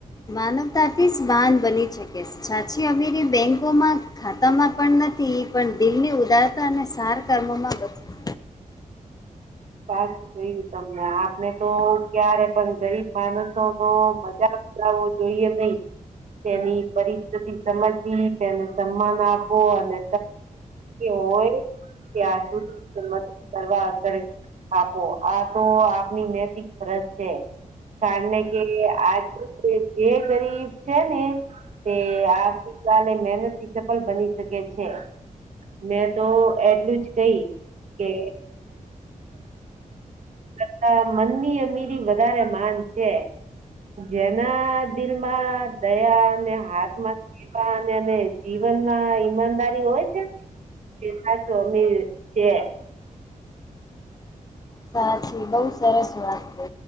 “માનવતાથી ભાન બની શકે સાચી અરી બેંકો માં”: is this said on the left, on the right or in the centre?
Left